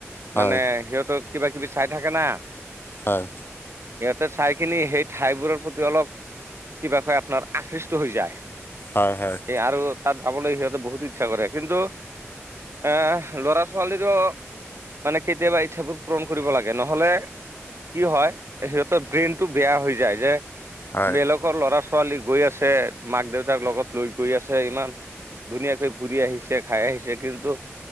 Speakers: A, on the left; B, on the right.
A: হয়
B: মানে সিহতক কিবা কিবি চাই থাকে না।
A: হয়।
B: সিহঁতে ঠাই খিনি সেই ঠাইবোৰৰ প্ৰতি অলপ কিবা কয় আপোনাৰ আকৃষ্ট হৈ যায়
A: হয় হয়
B: স আৰু তাত যাবলৈ হ বহুত ইচ্ছা কৰে কিন্তু এ ল'ৰা ছোৱালীো মানে কেতিয়াবা ইচ্ছাাবোৰ পূৰণ কৰিব লাগে নহলে কি হয় সিহঁতেৰ ব্ৰেইন টো বেয়া হৈ যায় যে
A: হয়
B: বেলগৰ ল'ৰা ছোৱালী গৈ আছে মাক দেউতাক লগত লৈ গৈ আছে ইমান। ধুনীয়াকৈ ফুৰি আহিছে খাই আহিছে কিন্তু